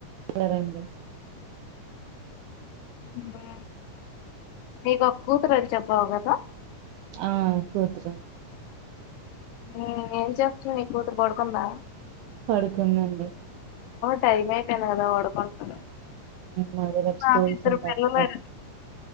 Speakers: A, on the right; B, on the left.
A: మళ్ళా రాంగే
B: ఊహ నీకో కూతురని చెప్పావ్ కదా
A: ఆ కూతురు
B: ఊ ఏం చేస్తన్నావ్ నీ కూతురు పడుకుందా?
A: పడుకున్నండి
B: టైమె కదా ర వాడు పడుకొనేది
A: మరి రేపు
B: నాకు
A: స్కూల్స్
B: ఇద్దరు
A: ఉంటాయి
B: పిల్లలు
A: కదా
B: అం